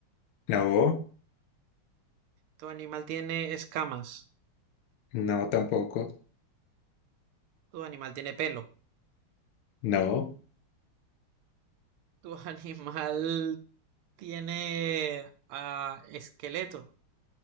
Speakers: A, on the left; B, on the right.
A: No,
B: tu animal tiene escamas,
A: no tampoco.
B: tu animal tiene pelo,
A: No,
B: tu <laughs> animal tiene ah, esqueleto,